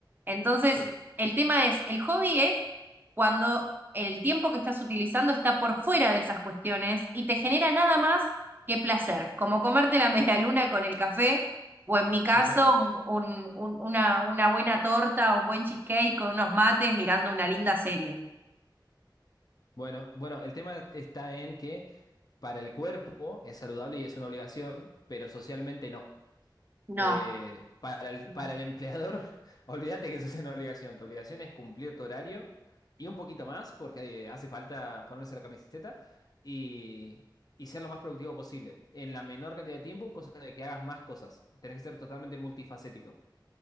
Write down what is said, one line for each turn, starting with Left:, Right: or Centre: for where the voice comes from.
Right: Entonces,
Left: sí,
Right: el tema es, el hobby es cuando el tiempo que estás utilizando está por fuera de esas cuestiones y te genera nada más que placer, como comerte la <laughs> medialuna con el café, o en mi caso,
Left: exacto.
Right: un- un- un- una, una buena torta, un buen cheesecake con unos mates mirando una linda serie.
Left: Bueno, bueno, el tema está en que para el cuerpo es saludable y es una obligación, pero socialmente no.
Right: No,
Left: Eh, para el,
Right: es
Left: para el empleador, <laughs> olvídate que eso es una obligación. Tu obligación es cumplir tu horario y un poquito más, porque eh, hace falta ponerse la camiseta y, y ser lo más productivo posible. En la menor cantidad de tiempo, cosa de que hagas más cosas. Tenés que ser totalmente multifacético.